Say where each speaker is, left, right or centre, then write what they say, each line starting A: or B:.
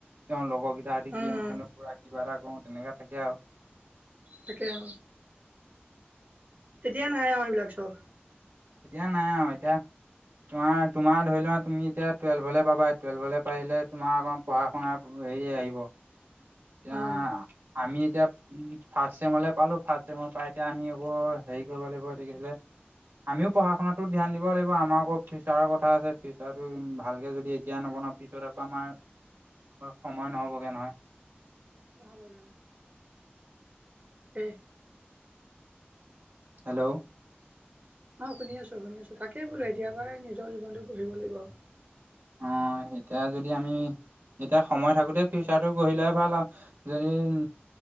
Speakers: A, on the right; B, on the right.
A: তেওঁ লগৰ গোটা ৰাতি
B: উম
A: গেম খেলো, পুৰা কিবা এটা কৰোঁ তেনেকা থাকে আৰু।
B: তাকে অ। তেতিয়া নাই আৰু সেইবিলাক চখ।
A: এতিয়া নাই আৰু এতিয়া তোমাৰ-তোমাৰ ধৰি লোৱা তুমি এতিয়া টুৱেলভলৈ পাবা টুৱেলভলে পাৰিলে তোমাৰ অকৌ পঢ়া-শুনাৰ হেৰিয়ে আহিব। এতিয়া
B: অ
A: আমি এতিয়া উম ফাৰ্ষ্ট চেমলে পালো ফাৰ্ষ্ট চেমৰ পাই এতিয়া আমি আকৌ হেৰি কৰিব লাগিব এইটো কি আছিলে। আমিও পঢ়া শুনাতোত ধ্যান দিব লাগিব, আমাৰ আকৌ ফিউচাৰৰ কথা আছে। ফিউচাৰটো ভালকে যদি এতিয়া নবনাওঁ পিছত আকৌ আমাৰ সময় নহ'বগে নহয়।
B: নহ'বগৈ অ। <inaudible>
A: হেল্ল'
B: অ শুনি আছোঁ, শুনি আছোঁ। তাকেই বোলো এতিয় পৰাই নিজৰ জীৱনটো গহিব লাগিব আৰু।
A: অ এতিয়া যদি আমি এতিয়া সময় থাকোঁতে ফিউচাৰটো গঢ়িলে ভাল আৰু যদি উম